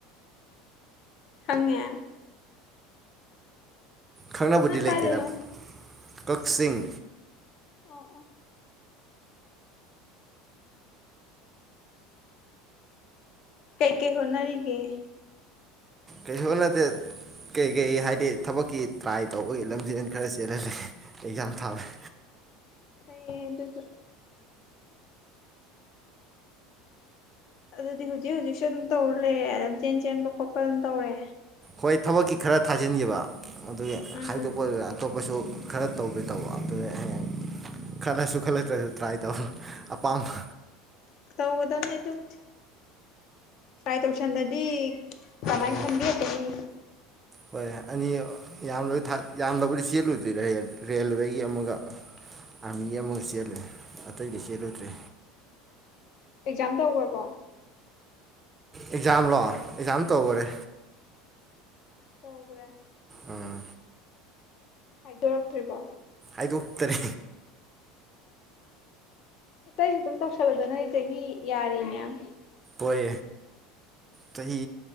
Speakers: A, on the left; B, on the right.
A: ꯈꯪꯉꯦ
B: ꯈꯪꯅꯕꯕꯨꯗꯤ
A: ꯅꯪ
B: ꯂꯩꯇꯦꯗ
A: ꯀꯥꯏꯗꯩꯅꯣ
B: ꯀꯛꯆꯤꯡ
A: ꯑꯣ ꯑ ꯀꯩ ꯀꯩ ꯍꯣꯠꯅꯔꯤ ꯒꯦ
B: ꯀꯩꯁꯨ ꯍꯣꯠꯅꯗꯦꯗ ꯀꯩꯀꯩ ꯍꯥꯏꯗꯤ ꯊꯕꯛꯀꯤ ꯇ꯭ꯔꯥꯏ ꯇꯧꯕꯒꯤ ꯂꯝꯖꯦꯟ ꯈꯔ ꯆꯦꯜꯂꯥꯂꯩ ꯑꯦꯛꯖꯥꯝ ꯊꯥꯎꯔꯦ
A: ꯐꯩ ꯑꯗꯨꯁꯨ ꯑꯗꯨꯗꯤ ꯍꯧꯖꯤꯛ ꯍꯧꯖꯤꯛꯁꯨ ꯑꯗꯨꯝ ꯇꯧꯔ ꯂꯩꯔꯦ ꯑꯗꯨꯝ ꯂꯝ ꯖꯦꯟ ꯖꯦꯟꯕ ꯈꯣꯠꯄ ꯑꯗꯨꯝ ꯇꯧꯔꯦ
B: ꯍꯣꯏ ꯊꯕꯛꯀꯤ ꯈꯔ ꯊꯥꯖꯤꯟꯈꯤꯕ ꯑꯗꯨꯒꯤ
A: ꯎꯝ
B: ꯍꯥꯏꯗꯣꯛꯄꯗꯨ ꯑꯇꯣꯞꯄ ꯀꯣꯢꯁꯨ ꯈꯔ ꯇꯧꯒꯦ ꯇꯧꯕ ꯑꯗꯨꯗ ꯍꯌꯦꯡ ꯈꯜꯂꯁꯨ ꯈꯜꯂꯛꯇ꯭ꯔꯁꯨ ꯇ꯭ꯔꯥꯏ ꯇꯧ ꯑꯄꯥꯝꯕ
A: ꯇꯧꯒꯗꯕꯅꯦ ꯑꯗꯨꯕꯨꯗꯤ ꯇ꯭ꯔꯥꯏ ꯇꯧꯁꯟꯗꯗꯤ ꯀꯃꯥꯏ
B: ꯍꯣꯏ
A: ꯈꯟꯕꯤꯔꯛꯀ ꯅꯤ
B: ꯍꯣꯏ ꯑꯅꯤ ꯌꯥꯝ ꯌꯥꯝꯅꯕꯨꯗꯤ ꯆꯦꯜꯂꯨꯗ꯭ꯔꯤꯗ ꯑꯩ ꯔꯦꯜꯋꯦꯒꯤ ꯑꯃꯒ
A: <inaudible>
B: ꯑꯥꯔꯃꯤ ꯑꯃꯒ ꯆꯦꯜꯂꯦ ꯑꯇꯩꯗꯤ ꯆꯦꯜꯂꯨꯗ꯭ꯔꯤ
A: ꯑꯦꯛꯖꯥꯝ ꯇꯧꯈ꯭ꯔꯕꯣ
B: ꯑꯦꯛꯖꯥꯝ ꯂꯣ ꯑꯦꯛꯖꯥꯝ ꯇꯧꯒꯥꯔꯦ
A: ꯇꯧꯒ꯭ꯔꯦ
B: ꯎꯝ
A: ꯍꯥꯏꯗꯣꯛꯔꯛ ꯇ꯭ꯔꯤꯕꯣ
B: ꯍꯥꯏꯗꯣꯛꯇꯔꯦ
A: ꯑꯇꯩꯁꯨ ꯑꯗꯨꯝ ꯇꯧꯁꯜꯂꯗꯣ ꯅ ꯅꯣꯢ ꯆꯍꯤ ꯌꯥꯔꯤ ꯃꯌꯥꯝ
B: ꯍꯣꯏ ꯆꯍꯤ